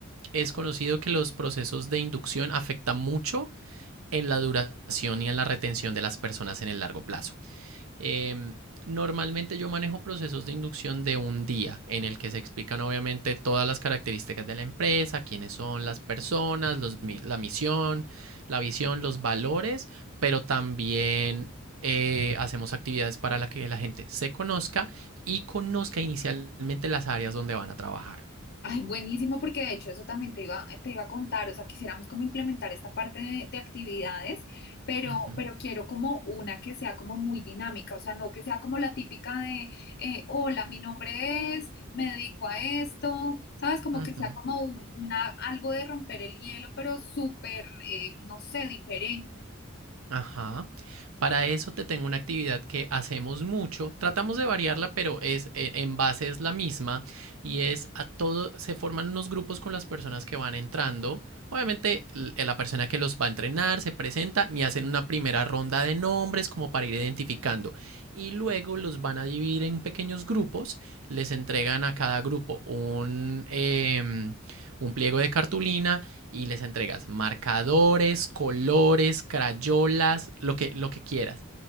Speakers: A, on the right; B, on the left.
A: es conocido que los procesos de inducción afectan mucho en la duración y en la retención de las personas en el largo plazo. Eh, normalmente yo manejo procesos de inducción de un día en el que se explican obviamente todas las características de la empresa, quiénes son las personas, los, la misión, la visión, los valores, pero también eh, hacemos actividades para la que la gente se conozca y conozca inicialmente las áreas donde van a trabajar.
B: Ay, buenísimo, porque de hecho eso también te iba, te iba a contar, o sea, quisiéramos como implementar esta parte de, de actividades, pero,
A: Uh -huh,
B: pero quiero como una que sea como muy dinámica, o sea, no que sea como la típica de, eh, hola, mi nombre es, me dedico a esto, ¿sabes? Como
A: uh
B: que sea
A: -huh.
B: como un- una, algo de romper el hielo, pero súper, eh, no sé, diferente.
A: Ajá. Para eso te tengo una actividad que hacemos mucho. Tratamos de variarla, pero es en en base es la misma y es a todo se forman unos grupos con las personas que van entrando. Obviamente l- eh, la persona que los va a entrenar se presenta y hacen una primera ronda de nombres como para ir identificando y luego los van a dividir en pequeños grupos. Les entregan a cada grupo un em, un pliego de cartulina y les entregas marcadores, colores, crayolas, lo que, lo que quieras.